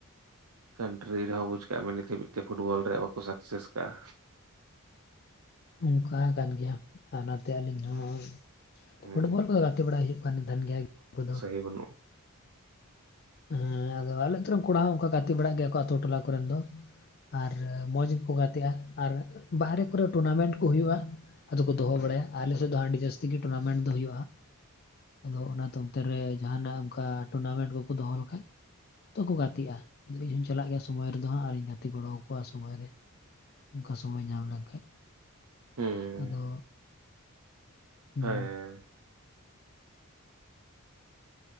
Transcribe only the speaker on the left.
ᱚᱱᱠᱟ ᱠᱟᱱ ᱜᱮᱭᱟ ᱟᱨ ᱚᱱᱟᱛᱮ ᱟᱹᱞᱤᱧ ᱦᱚᱸ
ᱯᱷᱩᱴᱵᱚᱞ ᱠᱚᱫᱚ ᱜᱟᱛᱮ ᱵᱟᱲᱟᱭ ᱦᱩᱭᱩᱜ ᱠᱟᱱ <unintelligible> ᱜᱮᱭᱟ ᱠᱚᱫᱚ
ᱦᱮᱸ ᱟᱫᱚ ᱟᱞᱮ ᱟᱹᱛᱩ ᱨᱮᱱ ᱠᱚᱲᱟ ᱦᱚᱸ ᱚᱱᱠᱟ ᱜᱟᱛᱮ ᱵᱟᱲᱟᱜ ᱜᱮᱭᱟ ᱠᱚ ᱟᱹᱛᱩ ᱴᱚᱞᱟ ᱠᱚᱨᱮᱱ ᱫᱚ ᱟᱨ ᱢᱚᱸᱡᱽ ᱜᱮᱠᱚ ᱜᱟᱛᱮᱜᱼᱟ ᱟᱨ ᱵᱟᱦᱨᱮ ᱠᱚᱨᱮ ᱴᱩᱨᱱᱟᱢᱮᱱᱴ ᱠᱚ ᱦᱩᱭᱩᱜᱼᱟ ᱟᱫᱚ ᱠᱚ ᱫᱚᱦᱚ ᱵᱟᱲᱟᱭᱟ ᱟᱞᱮ ᱥᱮᱫ ᱫᱚ ᱟᱹᱰᱤ ᱡᱟᱹᱥᱛᱤ ᱜᱮ ᱴᱩᱨᱱᱟᱢᱮᱱᱴ ᱫᱚ ᱦᱩᱭᱩᱜᱼᱟ ᱦᱟᱸᱜ ᱟᱫᱚ ᱚᱱᱟ ᱫᱚ ᱚᱱᱛᱮ ᱨᱮ ᱡᱟᱦᱟᱱᱟᱜ ᱚᱱᱠᱟ ᱴᱩᱨᱱᱟᱢᱮᱱᱴ ᱠᱚᱠᱚ ᱫᱚᱦᱚ ᱞᱮᱠᱷᱟᱡ ᱡᱚᱛᱚ ᱠᱚ ᱜᱟᱛᱮᱜᱼᱟ ᱟᱫᱚ ᱤᱧ ᱦᱚᱸᱧ ᱪᱟᱞᱟᱜ ᱜᱮᱭᱟ ᱥᱚᱢᱚᱭ ᱨᱮᱫᱚ ᱦᱟᱸᱜ ᱟᱨᱤᱧ ᱜᱟᱛᱮ ᱜᱚᱲᱚ ᱟᱠᱚᱣᱟ ᱥᱚᱢᱚᱭ ᱨᱮ ᱚᱱᱠᱟ ᱥᱚᱢᱚᱭ ᱧᱟᱢ ᱞᱮᱱᱠᱷᱟᱡ
ᱟᱫᱚ ᱦᱩᱸ